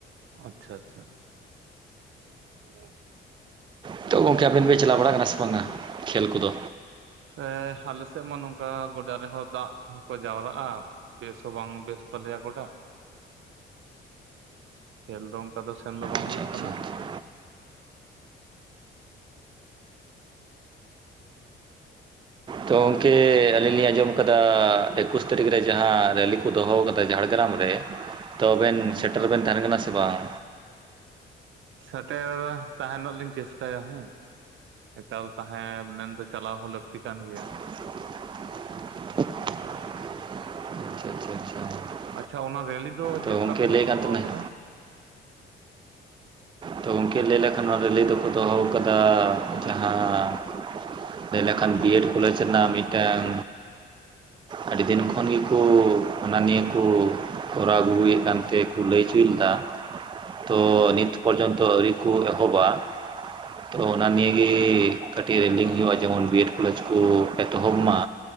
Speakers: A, on the right; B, on the right.
A: ᱟᱪᱪᱷᱟ ᱟᱪᱪᱷᱟᱼᱼ <unintelligible>
B: ᱱᱤᱛᱚᱜ ᱜᱚᱢᱠᱮ ᱟᱵᱮᱱ ᱵᱮᱱ ᱪᱟᱞᱟᱣ ᱵᱟᱲᱟ ᱟᱠᱟᱱᱟ ᱥᱮ ᱵᱟᱝᱟ ᱠᱷᱮᱞ ᱠᱚᱫᱚ?
A: ᱮᱸ ᱟᱞᱮ ᱥᱮᱫ ᱢᱟ ᱱᱚᱝᱠᱟ ᱜᱚᱰᱟ ᱨᱮᱦᱚᱸ ᱫᱟᱜ ᱦᱚᱸᱠᱚ ᱡᱟᱣᱨᱟᱜᱼᱟ᱾ ᱵᱮᱥ ᱦᱚᱸ ᱵᱟᱝ ᱵᱮᱥ ᱛᱟᱞᱮᱭᱟ ᱜᱚᱰᱟ᱾ ᱠᱷᱮᱞ ᱫᱚ ᱚᱱᱠᱟ ᱫᱚ ᱥᱮᱱ ᱫᱚ ᱵᱟᱝ
B: ᱟᱪᱪᱷᱟ
A: ᱦᱩᱭᱩᱜ
B: ᱟᱪᱪᱷᱟ
A: ᱠᱟᱱᱟ᱾
B: ᱟᱪᱪᱷᱟ ᱛᱚ ᱜᱚᱢᱠᱮ ᱟᱹᱞᱤᱧ ᱞᱤᱧ ᱟᱸᱡᱚᱢ ᱟᱠᱟᱫᱟ ᱮᱠᱩᱥ ᱛᱟᱹᱨᱤᱠᱷ ᱨᱮ ᱡᱟᱦᱟᱸ ᱨᱮᱞᱤ ᱠᱚ ᱫᱚᱦᱚ ᱟᱠᱟᱫᱟ ᱡᱷᱟᱲᱜᱮᱨᱟᱢ ᱨᱮ, ᱛᱚᱵᱮᱱ
A: ᱦᱮᱸ
B: ᱥᱮᱴᱮᱨ ᱵᱮᱱ ᱛᱟᱦᱮᱱ ᱠᱟᱱᱟ ᱥᱮ ᱵᱟᱝ?
A: ᱥᱮᱴᱮᱨ, ᱛᱟᱦᱮᱱᱚᱜ ᱞᱤᱧ ᱪᱮᱥᱴᱟᱭᱟ ᱦᱮᱸ᱾ ᱮᱠᱟᱞ ᱛᱟᱦᱮᱸ ᱢᱮᱱᱫᱚ ᱪᱟᱞᱟᱣ ᱦᱚᱸ ᱞᱟᱹᱠᱛᱤ ᱠᱟᱱ ᱜᱮᱭᱟ᱾
B: <unintelligible>
A: ᱟᱪᱪᱷᱟ ᱚᱱᱟ ᱨᱮᱞᱤ ᱫᱚ
B: ᱛᱚ
A: ᱪᱮᱫ
B: ᱜᱚᱝᱠᱮ
A: ᱵᱟᱠᱷᱨᱟ
B: ᱞᱟᱹᱭᱮᱫ
A: ᱠᱚ
B: ᱠᱟᱱ
A: ᱫᱚᱦᱚ
B: ᱛᱟᱦᱮᱱᱟ
A: ᱟᱠᱟᱫᱟ?
B: ᱛᱚ ᱜᱚᱝᱠᱮ ᱞᱮ ᱞᱮᱠᱷᱟᱱ ᱨᱮᱞᱤ ᱫᱚᱦᱚ ᱠᱟᱫᱟ ᱡᱟᱦᱟᱸ ᱞᱮᱭ ᱞᱮᱠᱷᱟᱱ ᱵᱤᱹᱮᱰ ᱠᱚᱞᱮᱡᱽ ᱨᱮᱱᱟᱜ ᱢᱤᱫᱴᱮᱱ
A: <unintelligible>
B: ᱟᱹᱰᱤ ᱫᱤᱱ ᱠᱷᱚᱱ ᱜᱮᱠᱚ ᱚᱱᱟ ᱱᱤᱭᱟᱹ ᱠᱚ ᱠᱚᱨᱟᱣ ᱟᱹᱜᱩᱭᱮᱫ ᱠᱟᱱᱛᱮᱠᱩ ᱞᱟᱹᱭᱪᱚᱭ ᱞᱮᱫᱟ᱾ ᱛᱚ ᱱᱤᱛ ᱯᱚᱨᱡᱚᱱ ᱛᱚ ᱟᱹᱣᱨᱤ ᱠᱚ ᱮᱦᱚᱵᱟ᱾ ᱛᱚ ᱚᱱᱟ ᱱᱤᱭᱮᱟᱹᱜᱮ ᱠᱟᱹᱴᱤᱡ ᱨᱮᱞᱤ ᱦᱩᱭᱩᱜᱼᱟ ᱡᱮᱢᱚᱱ ᱵᱤ ᱮᱰ ᱠᱚᱞᱮᱡᱽ ᱠᱚ ᱮᱛᱚᱦᱚᱵ ᱢᱟ᱾